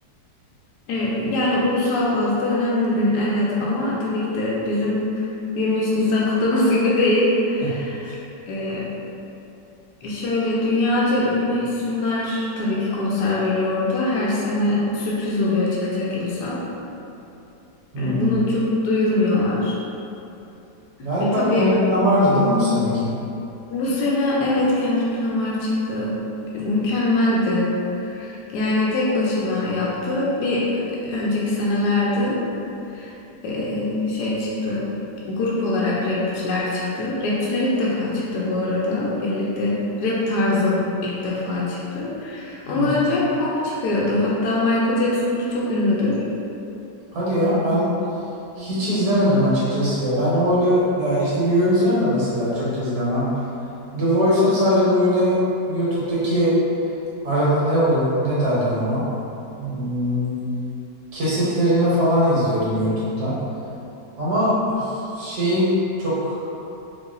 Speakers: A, on the left; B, on the right.
A: E, yani ulusal bazda önemli bir gün evet ama tabii ki de bizim 23 Nisan kutlaması gibi değil.
B: <laughs>
A: E, Şöyle dünyaca ünlü isimler tabii ki konser veriyor orada. Her sene sürpriz oluyor çıkacak insan.
B: Hmm.
A: E, bunu çok duyurmuyorlar.
B: Galiba
A: E, tabii
B: Kendrick Lamar'dı değil mi bu seneki?
A: bu sene evet Kendrick Lamar çıktı. Mükemmeldi. Yani tek başına yaptı. Bir e, önceki senelerde Ee, şey çıktı. Grup olarak rapçiler çıktı. Rapçiler ilk defa çıktı bu arada. Birlikte rap tarzı ilk defa çıktı.
B: Hmm.
A: Ondan önce hep pop çıkıyordu. Hatta Michael Jackson'ınki çok ünlüdür.
B: Hadi ya ben hiç izlemedim açıkçası ya. Ben öyle ya işte Eurovision da mesela çok izlemem. The Voice'un sadece böyle YouTube'daki arada ne olur ne derler ona. Hmm, kesitlerini falan izliyordum YouTube'dan. Ama öf, şeyi çok